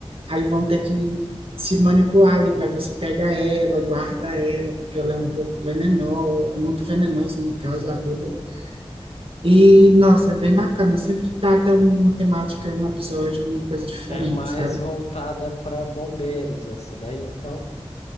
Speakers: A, on the right; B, on the left.
A: Aí vão ter que se manipular ali para ver se pega ela, guarda ela, porque ela é um pouco venenosa, muito venenosa no caso, a víbora. E, nossa, é bem bacana. Sempre trata uma temática, um episódio, uma coisa diferente,
B: É mais
A: sabe?
B: voltada para bombeiros essa daí, então.